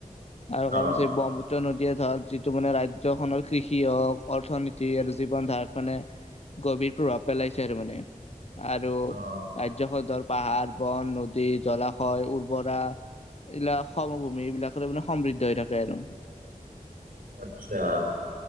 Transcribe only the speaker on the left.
আৰু কাৰণেই
ব্ৰহ্মপুত্ৰ নদীয়ে ধৰক যিটো মানে ৰাজ্যখনৰ কৃষি হওক অৰ্থনীতি আৰু জীৱন ধাৰাত মানে গভীৰ প্ৰভাৱ পেলাইছে আৰু মানে, আৰু
ৰাজ্য খনৰ পাহাৰ বন নদী জলাশয় উৰ্বৰা। এইবিলাক সমভূমি এইবিলাকৰে মানে সমৃদ্ধ হৈ থাকে আৰু।